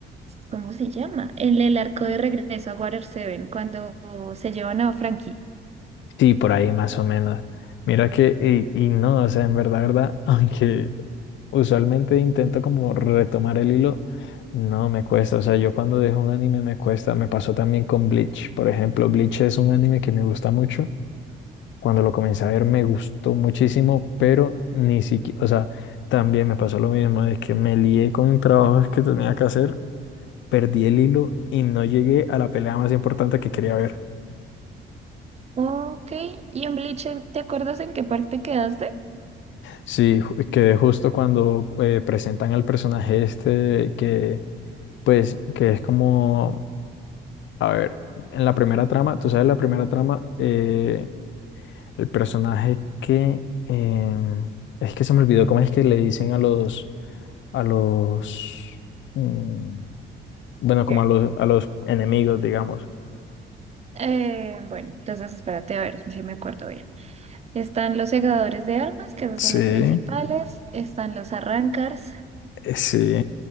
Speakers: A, on the right; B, on the left.
A: ¿cómo se llama? En el arco de regreso a Water Seven cuando se llevan a Frankie.
B: Sí, por ahí más o menos. Mira que, y, y no, o sea, en verdad, verdad, <laughs> aunque usualmente intento como retomar el hilo. No me cuesta, o sea, yo cuando dejo un anime me cuesta, me pasó también con Bleach. Por ejemplo, Bleach es un anime que me gusta mucho. Cuando lo comencé a ver me gustó muchísimo, pero ni siquiera, o sea, también me pasó lo mismo, es que me lié con trabajos que tenía que hacer, perdí el hilo y no llegué a la pelea más importante que quería ver.
A: Ok, y en Bleach, ¿te acuerdas en qué parte quedaste?
B: Sí, ju- quedé justo cuando eh, presentan al personaje este que, pues, que es como A ver, en la primera trama, tú sabes, la primera trama, eh, el personaje que em, es que se me olvidó cómo es que le dicen a los, a los, mm, bueno, como
A: Sí.
B: a los, a los enemigos, digamos.
A: Eh, bueno, entonces espérate a ver si me acuerdo bien. Están los segadores de almas, que esos
B: Sí,
A: son los
B: eh,
A: principales. Están los arrancars.
B: sí.